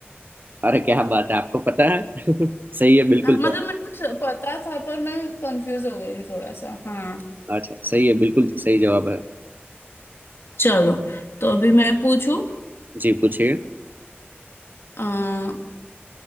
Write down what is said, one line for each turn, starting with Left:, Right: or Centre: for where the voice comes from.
Right: अरे क्या बात है आपको पता है <laughs> सही है बिल्कुल
Left: हाँ, मतलब मेरे को स- पता था पर मैं कंफ्यूज हो गई थी थोड़ा सा हाँ
Right: अच्छा सही है बिल्कुल सही जवाब है
Left: चलो तो अभी मैं पूछूं
Right: जी पूछिए
Left: आ,